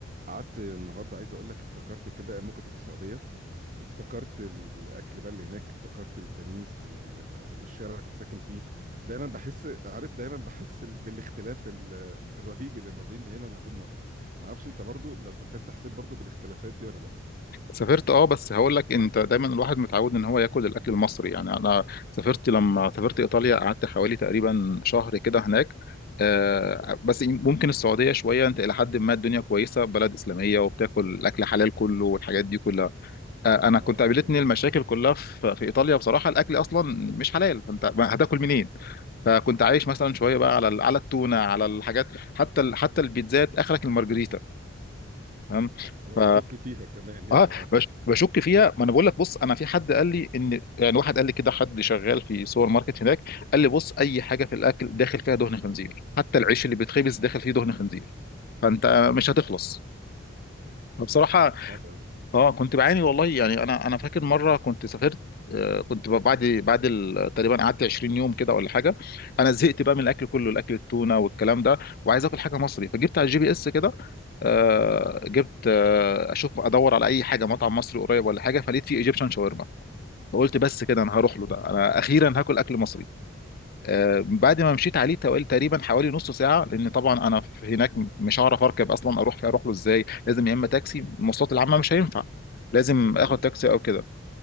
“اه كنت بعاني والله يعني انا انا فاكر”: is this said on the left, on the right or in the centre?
Left